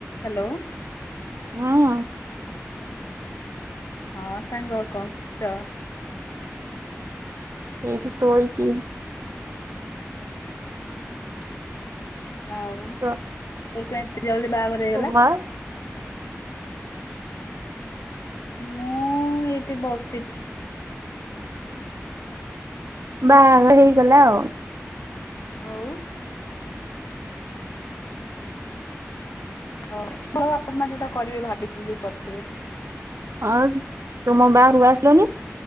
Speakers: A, on the left (about 85°); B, on the right (about 80°).
A: ହାଲୋ।
B: ହଁ।
A: ହଁ ସାଙ୍ଗ କଣ କରୁଛ?
B: ଏଇଠି ଶୋଇଛିି।
A: ଆଉ
B: ତ
A: ତୋର କଣ, ଏତେ ଜଲଦି ବାହାଘର ହେଇଗଲା।
B: ତୁମର
A: ମୁଁ ଏଇଠି ବସିଛି।
B: ବାହାଘର ହେଇଗଲା ଆଉ।
A: ଆଉ। ଓ ହ ବାପା ମା ଯୋଉଟା କରିବେ ଭାବିଛନ୍ତିନ୍ତି କରିଥିବେ।
B: ହଁ ତୁମ ବାହାଘରକୁ ଆସିଲନି?